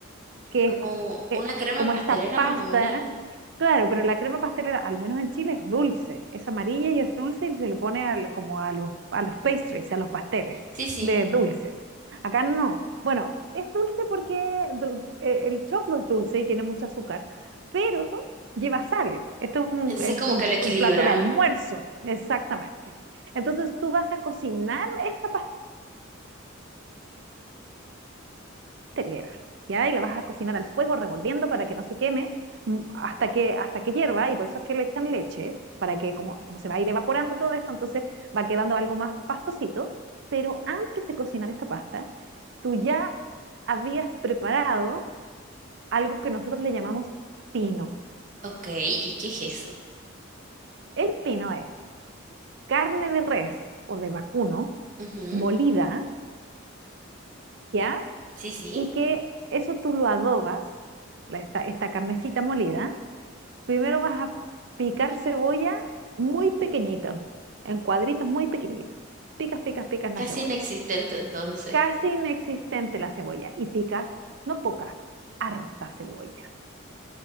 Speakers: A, on the right; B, on the right.
A: que
B: Como
A: es como que-
B: una crema
A: como
B: pastelera
A: esta pasta,
B: más o menos. ¿no?
A: claro, pero la crema pastelera, al menos en Chile, es dulce, es amarilla y es dulce y se le pone al- como a los, a los pastries, a los pasteles
B: Sí, sí.
A: de dulces. Acá no. Bueno, es dulce porque dul- eh, el choclo es dulce y tiene mucho azúcar, pero lleva sal. Esto es un,
B: Entonces
A: es
B: como
A: un
B: que lo equilibra.
A: un plato de almuerzo, exactamente. Entonces tú vas a cocinar esta pastelera telera, ¿ya? Y la vas a cocinar al fuego revolviendo para que no se queme mm, hasta que, hasta que hierva, y por eso es que le echan leche, para que como, como se va a ir evaporando todo esto, entonces va quedando algo más pastosito, pero antes de cocinar esta pasta, tú ya habías preparado algo que nosotros le llamamos pino.
B: Ok, ¿y qué es eso?
A: El pino es carne de res o de vacuno
B: Ujú,
A: molida, ¿ya?
B: Sí, sí.
A: Y que eso tú lo adobas, la- esta, esta carnecita molida, Primero vas a picar cebolla muy pequeñito, en cuadritos muy pequeñitos. Picas, picas, picas la
B: Casi
A: cebolla.
B: inexistente entonces.
A: Casi inexistente la cebolla. Y picas, no poca, harta cebolla.